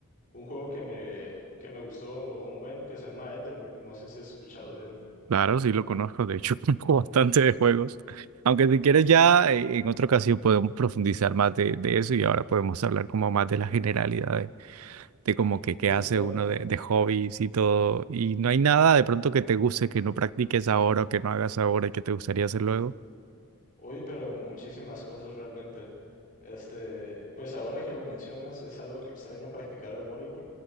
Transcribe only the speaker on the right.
Claro, sí lo conozco, de hecho, <laughs> conozco bastante de juegos. Aunque si quieres ya eh, en otra ocasión podemos profundizar más de, de eso y ahora podemos hablar como más de la generalidad de, de como que qué
hace
uno de, de hobbies y todo. Y no hay nada de pronto que te guste, que no practiques ahora o que no hagas ahora y que te gustaría hacer luego.